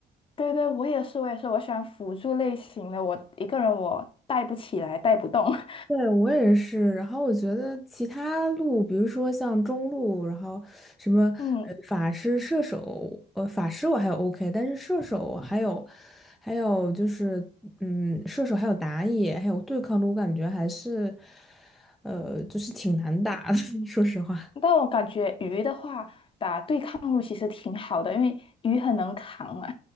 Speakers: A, on the left; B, in the centre.
A: 对对，我也是，我也是，我喜欢辅助类型的，我一个人我带不起来，带不动。<laughs>
B: 对，我也是。然后我觉得其他路，比如说像中路，然后什么呃法师、
A: 嗯，
B: 射手，呃法师我还有 OK，但是射手还有还有就是嗯射手还有打野还有对抗路，我感觉还是呃就是挺难打的，<laughs> 说实话。
A: 但我感觉鱼的话，打对抗路其实挺好的，因为鱼很能扛嘛。